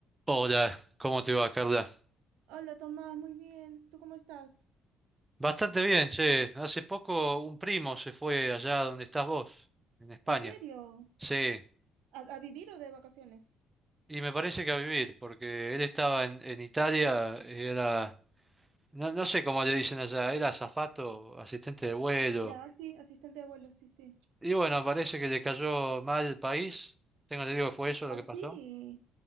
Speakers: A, on the right (about 15°); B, on the right (about 80°).
A: Hola, ¿cómo te va, Carla?
B: Hola Tomás, muy bien. ¿Tú cómo estás?
A: Bastante bien, che. Hace poco un primo se fue allá donde estás vos, en España.
B: ¿En serio?
A: Sí,
B: ¿A, a vivir o de vacaciones?
A: y me parece que a vivir, porque él estaba en, en Italia, era, no, no sé cómo le dicen allá, era azafato, asistente de vuelo.
B: Ya, sí, asistente de vuelo, sí, sí.
A: Y bueno, parece que le cayó mal el país. Tengo que digo que fue eso lo que
B: Así,
A: pasó.